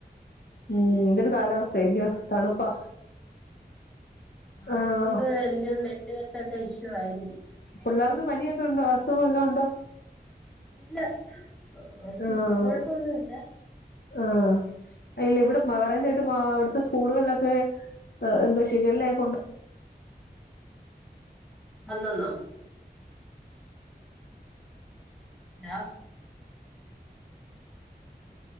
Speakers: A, on the left (about 70°); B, in the centre.
A: ഉം എന്തൊരു കാലാവസ്ഥയ അല്ലയോ തണുപ്പാ
B: അതുകൊണ്ട്
A: ആഹ്
B: എനിക്ക് തോന്ന് നെറ്റ്‌വർക്കിന്റെ ഇഷ്യൂ ആയിരിക്കും
A: പിള്ളേർക്ക് പനിയൊക്കെ ഉണ്ടോ അസുഖം വല്ലോം ഉണ്ടോ
B: ഇല്ല അവർക്ക്
A: ആഹ്
B: ഇപ്പ കുഴപ്പൊന്നു ഇല്ല
A: ആഹ് ഇല്ല ഇവിടെ പറയുന്ന കേട്ട് അവിടുത്തെ സ്കൂളുകളിലൊക്കെ എന്തുവാ ഷിഖല്ലേ കൊണ്ട്
B: <unintelligible> <unintelligible>